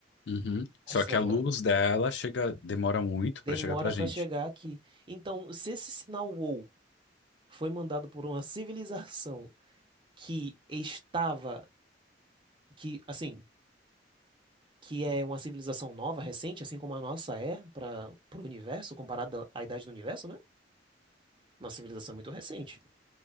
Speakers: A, on the left; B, on the right.
A: Uhum.
B: A
A: Só
B: estrela
A: que a luz
B: já
A: dela chega, demora muito
B: demora
A: pra chegar pra gente.
B: para chegar aqui. Então, se esse sinal WOW foi mandado por uma civilização que estava, que assim, que é uma civilização nova, recente, assim como a nossa é para o universo, comparada à idade do universo, né? Nossa civilização é muito recente.